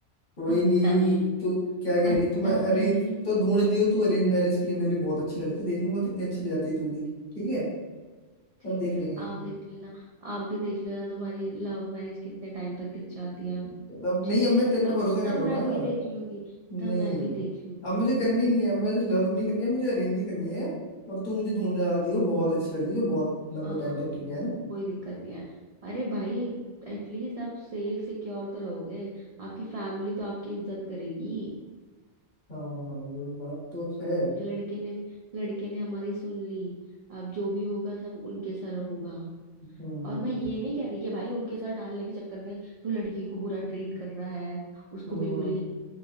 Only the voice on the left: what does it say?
कोई
नहीं तो क्या कह
रही है तुम अरे तो ढूंढ दियो तू अरेंज मैरिज के लिए मेरे लिए बहुत अच्छी लड़की देख लूंगा कितनी अच्छी ले आती है तू भी ठीक है
तब देख
लेंगे
तो अब
नहीं अब
मैं तेरे पे
भरोसा
कर रहा हूँ
ना
नहीं
अब मुझे करनी
नहीं है अब मुझे लव नहीं करनी है मुझे अरेंज ही करनी है और तू मुझे ढूंढ दियो बहुत अच्छी लड़की जो बहुत लंबे
टाइम तक टिके है
हाँ हाँ वो बात तो है
हम्म
हम्म
हम्म